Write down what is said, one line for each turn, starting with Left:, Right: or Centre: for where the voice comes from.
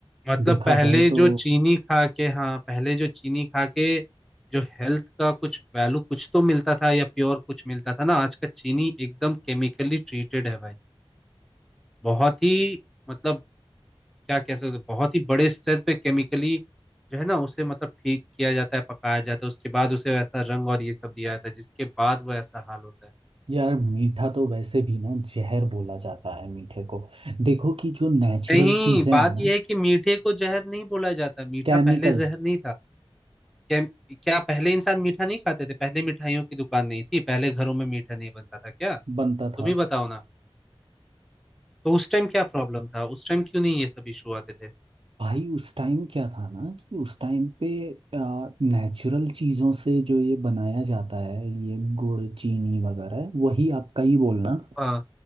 Centre: मतलब
Right: देखा
Centre: पहले
Right: जाए तो
Centre: जो चीनी खा के हाँ पहले जो चीनी खा के जो हेल्थ का कुछ वैल्यू कुछ तो मिलता था या प्योर कुछ मिलता था ना आज का चीनी एकदम केमिकली ट्रीटेड है भाई बहुत ही मतलब क्या कह सकते हैं, बहुत ही बड़े स्तर पे केमिकली जो है ना उसे मतलब ठीक किया जाता है पकाया जाता है उसके बाद उसे वैसा रंग और ये सब दिया जाता है जिसके बाद वो ऐसा हाल होता है
Right: यार मीठा तो वैसे भी ना जहर बोला जाता है मीठे को देखो कि जो नेचुरल
Centre: नहीं
Right: चीजें
Centre: बात
Right: हैं ना
Centre: यह है कि मीठे को जहर नहीं बोला जाता मीठा
Right: केमिकल
Centre: पहले जहर नहीं था क्या क्या पहले इंसान मीठा नहीं खाते थे पहले मिठाइयों की दुकान नहीं थी पहले घरों में मीठा नहीं बनता था क्या
Right: बनता
Centre: तुम
Right: था
Centre: ही बताओ ना तो उस टाइम क्या प्रॉब्लम था उस टाइम क्यों नहीं ये सब इशू आते थे
Right: भाई उस टाइम क्या था ना कि उस टाइम पे नेचुरल चीज़ों से जो ये बनाया जाता है ये गुड़ चीनी वगैरह वही आपका ही बोलना
Centre: हाँ